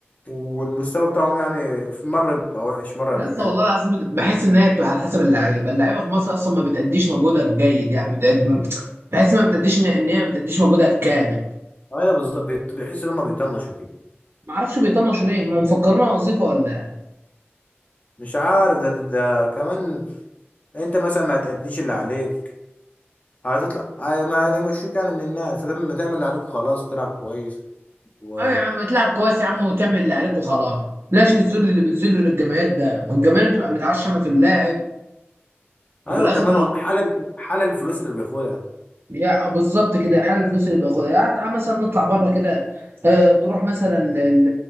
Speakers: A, on the left; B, on the right.
A: والمستوى بتاعهم يعني في مره بيبقى وحش مره
B: يس
A: بيبقى حلو
B: والله العظيم بت- بحس ان هي بتبقى على حسب اللعيبه اللعيبه في مصر اصلا ما بتأديش مجهودها الجيد يعني بت- بحس ما بتأديش ان إن هي ما بتأديش مجهودها الكامل
A: ايوه بالظبط بيت- بيحس ان هم بيطنشوا كده
B: ما اعرفش بيطنشوا ليه هم مفكرينها وظيفه ولا إيه؟
A: مش عارف ده, ده, ده كمان انت مثلا ما هتأديش اللي عليك هتطلع أي- ما يمشوك يعني من الناس فتعمل تعمل اللي عليك خلاص وتلعب كويس و
B: اه يا عم تلعب كويس يا عم وتعمل اللي عليك وخلاص لاش الذل اللي بتذله للجماهير ده والجماهير بتبقى متعشمه في اللاعب وفي
A: ايوه
B: الاخر
A: كمان هو حلل حلل الفلوس اللي بياخدها
B: يعني بالظبط كده حال الفلوس اللي بياخدها يعني تعال مثلا نطلع بره كده آه، تروح مثلا ل-